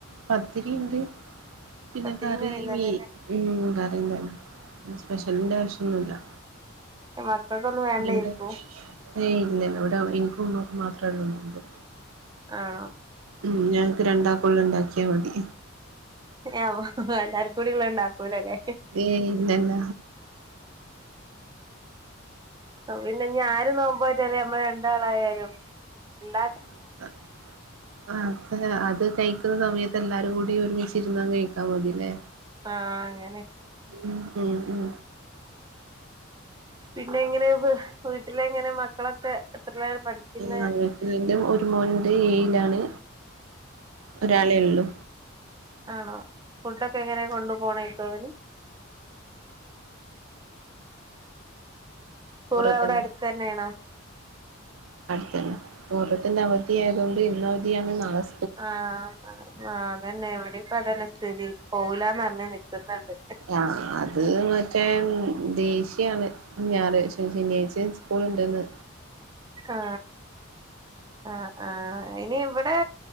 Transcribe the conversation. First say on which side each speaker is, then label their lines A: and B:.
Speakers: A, on the right; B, on the right.
A: പത്തിരി ഒണ്ട് പിന്നെ
B: പത്തിരിയും
A: കറി
B: കറിയും തന്നെല്ലേ
A: മീ കറി സ്പെഷ്യലിന്റെ ആവശ്യയൊന്നുയില്ലാ
B: മക്കൾക്കൊന്നും വേണ്ടേക്കും
A: ഇവടെ യെ ഇല്ല ഇവടെ എനിക്കും ഉമ്മക്കും മാത്രള്ളൂ നോമ്പ്
B: ആാ
A: ഉം ഞങ്ങക്ക് രണ്ടാക്കും ഒള്ളാ ഒണ്ടാക്കിയാ മതി
B: ഹെ എല്ലാർക്കും കൂടി ഒളള ഒണ്ടാക്കൂലല്ലോ
A: ഏയ് ഇല്ലല്ല
B: പിന്നെ ഇനി ആരും നോമ്പ് നേ റ്റാലും <unintelligible> രാണ്ടാളായാലും ഒണ്ട
A: <unintelligible> കഴിക്ക്ന്നാ സമയത്ത് എല്ലാരും കൂടി ഒരുമിച്ചിരുന്ന് കഴിക്കാൻ മതിലോ
B: ആാ അങ്ങനെ
A: ഉം ഉം ഉം
B: പിന്നെ എങ്ങനെ വ് വീട്ടിലെ എങ്ങനെ മക്കളൊക്കെ എത്രയില പഠിക്കുന്നെ
A: ഹ വീട്ടിൽ എന്റെ ഒരു മോനുണ്ട് ഏഴിലാണ് ഒരാളോ ഒള്ളൂ
B: ആണോ ഫുഡൊക്കെ എങ്ങനെ കൊണ്ട് പോണേക്ക് അവര് സ്കൂള്
A: മുഹറത്തിന്റെ
B: എവിടെ അടുത്ത് തന്നെയണോ
A: ത്ത്ന്നോ മുറാത്തിന്റെ അവധിയായത്കൊണ്ട് ഇന്ന് അവധിയാണ് നളെ സ്
B: ആാ അത് തന്നെ ഇവടെ ഇപ്പം അത് തന്നെ സ്ഥിതി പോവുല്ലാ അറിഞ്ഞ് നിക്ക്ന്നോണ്ട്
A: ആാ അത് മറ്റേ ഉം ദേഷ്യാണ് ഞാറാഴ്ച്ചോയും ശനിയാഴ്ചോയും സ്കൂള് ഉണ്ടെന്ന്
B: ആാ ആാ ആാ ഇനി ഇവിടെ